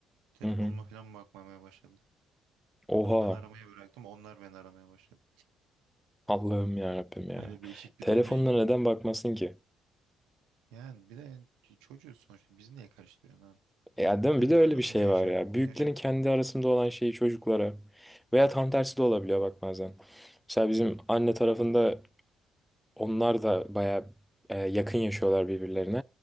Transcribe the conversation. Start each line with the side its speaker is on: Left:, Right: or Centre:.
Right: Telefonuma
Centre: Hı hı.
Right: falan bakmamaya başladı.
Centre: Oha.
Right: Sonra ben aramayı bıraktım. Onlar beni aramaya başladı.
Centre: Allah'ım ya Rabbim ya.
Right: Öyle değişik bir
Centre: Telefonuna
Right: döngüye girdim.
Centre: neden bakmasın ki?
Right: Yani bir de yani ç- çocuğuz sonuçta. Biz niye karıştırıyorsun abi?
Centre: E, Ya değil
Right: Kendi
Centre: mi? Bir de öyle
Right: aranda
Centre: bir şey
Right: ne yaşıyorsun?
Centre: var ya.
Right: Ne
Centre: Büyüklerin
Right: yaşa.
Centre: kendi arasında olan şeyi çocuklara veya tam tersi de olabiliyor bak bazen. Mesela bizim anne tarafında onlar da bayağı e, yakın yaşıyorlar birbirlerine.